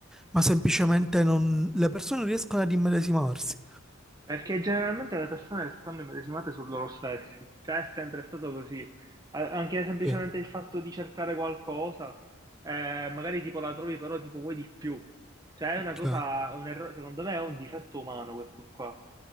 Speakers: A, in the centre; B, on the right.
A: ma semplicemente non... le persone riescono ad immedesimarsi?
B: Perché generalmente le persone stanno immedesimate su loro stessi, cioè è sempre stato così. A- Anche semplicemente
A: Sì,
B: il fatto di cercare qualcosa, eh, magari tipo la trovi, però tipo vuoi di più. Cioè è una
A: cioè,
B: cosa, un errore, secondo me è un difetto umano questo qua.